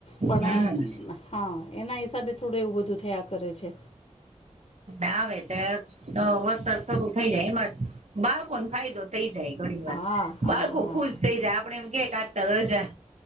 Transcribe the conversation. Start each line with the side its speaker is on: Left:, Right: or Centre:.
Left: પણ
Right: હમ
Left: હા એના હિસાબે થોડું એવું બધું થયા કરે છે.
Right: ના આવે ત્યા વરસાદ શરૂ થઇ જાય એમાં બાળકોને ફાયદો. થઈ જાય ઘડીક
Left: હા
Right: વાર
Left: હા
Right: બાળકો
Left: હા
Right: ખુશ થઈ જાય આપડે એમ કેક આજ તાર રજા